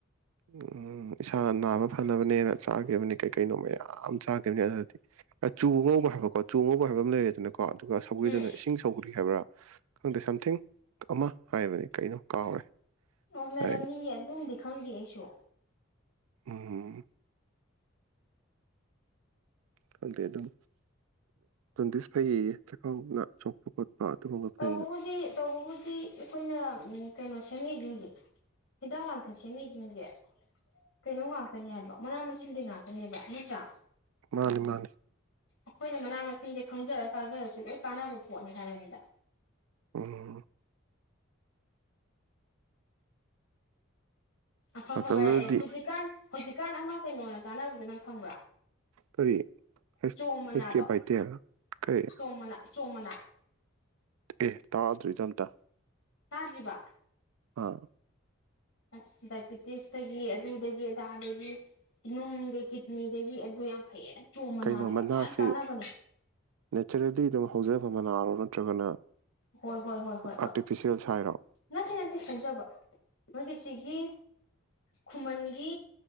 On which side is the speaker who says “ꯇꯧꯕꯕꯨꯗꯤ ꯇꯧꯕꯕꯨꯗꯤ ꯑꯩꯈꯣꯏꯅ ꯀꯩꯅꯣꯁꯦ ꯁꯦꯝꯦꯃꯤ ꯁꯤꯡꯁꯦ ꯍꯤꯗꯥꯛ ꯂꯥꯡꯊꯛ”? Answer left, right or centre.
Left